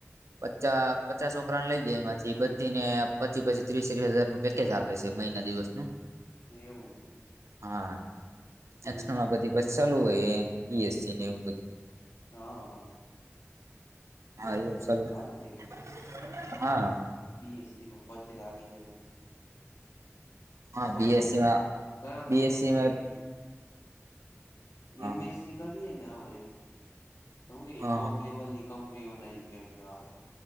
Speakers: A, on the right; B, on the left.
A: પચા પચાસ છોકરાને લઈ જાય એમાંથી બધી ને પચી પચી ત્રીસેક હજાર નું પેકેજ આપે પછી મહિના દિવસ નું
B: એવું છે.
A: હા
B: હમ
A: એક્સનલ
B: હમ
A: પછી ચાલુ હોય બીએસી ને એવું બધું
B: હા
A: હા એવ ચાલુ
B: સારું
A: હોય
B: કેવાય
A: હા
B: બી એસીમા પચ લાગી જ
A: હમણાં બીએસસીમાં
B: મોસ્ટ ઓફ ઘણા બધા
A: બીએસસીમાં
B: એવુ જ કરે.
A: હા
B: એમએસસી કરીએે ને આપડે. તો બી
A: હા
B: ટોપ
A: હા
B: લેવલના કંપનીના ઇન્ટરવ્યૂ આવે.